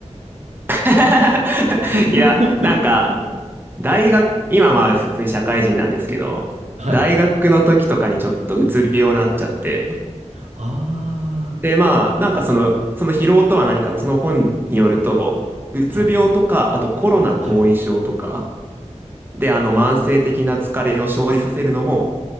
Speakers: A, on the right; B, on the right.
A: <laughs>
B: <laughs>
A: いや、なんか、大学、今まあ普通に社会人なんですけど、
B: はい。
A: 大学の時とかにちょっとうつ病になっちゃって、
B: あ
A: でまあなんかその、その疲労とは何かのその本によると、うつ病とか、
B: あ、はい。
A: あとコロナ後遺症とか、
B: はい。
A: であの慢性的な疲れを生じさせるのも、